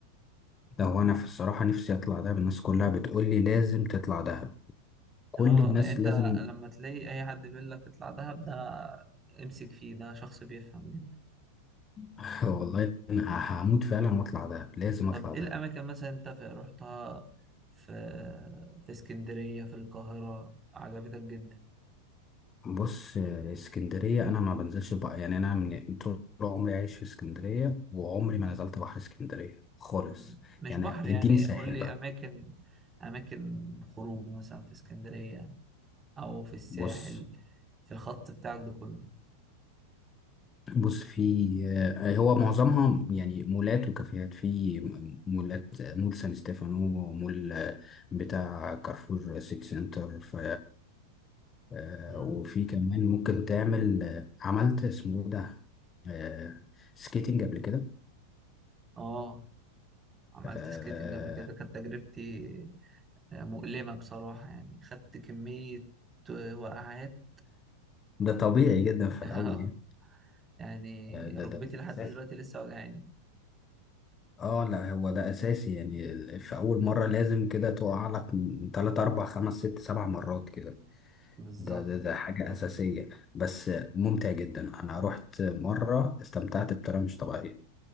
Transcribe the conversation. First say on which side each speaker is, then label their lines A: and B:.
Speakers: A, on the left; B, on the right.
A: ده هو أنا في الصراحة نفسي أطلع دهب الناس كلها بتقول لي لازم تطلع دهب كل
B: اه
A: الناس
B: يعني انت
A: لازم
B: لما تلاقي اي حد بيقول لك اطلع دهب ده امسك فيه ده شخص بيفهم جدا
A: <laughs> والله أنا هموت فعلا وأطلع دهب لازم
B: طب
A: أطلع
B: ايه
A: دهب
B: الاماكن مثلا انت في رحتها في في اسكندرية في القاهرة عجبتك جدا
A: بص اسكندرية أنا ما بنزلش بقى يعني أنا من طول عمري عايش في اسكندرية وعمري
B: مم.
A: ما نزلت بحر اسكندرية خالص
B: مم. مش
A: يعني
B: بحر
A: اديني
B: يعني
A: ساحل
B: قول لي
A: بقى
B: اماكن اماكن خروج مثلا في اسكندرية او في الساحل
A: بص
B: في الخط بتاعك ده كله
A: بص في آه، هو معظمها يعني مولات وكافيهات في مولات مول سان ستيفانو ومول آه، بتاع كارفور سيتي سنتر ف آه،
B: مم.
A: وفي كمان ممكن تعمل آه، عملت اسمه إيه ده آه، سكيتنج قبل كده
B: اه عملت
A: آه،
B: سكيتنج قبل كده كانت تجربتي آه، مؤلمة بصراحة يعني خدت كمية آه، وقعات
A: ده طبيعي جدا في
B: <laughs>
A: الأول يعني
B: يعني
A: آه،
B: ركبتي
A: ده ده
B: لحد
A: اساسي
B: دلوقتي لسه وجعاني
A: اه لا هو ده اساسي يعني ال- في اول مره لازم كده تقع لك من تلات اربع خمس ست سبع مرات كده
B: بالظبط
A: ده ده ده حاجه اساسيه بس ممتع جدا انا رحت مره استمتعت بطريقه مش طبيعيه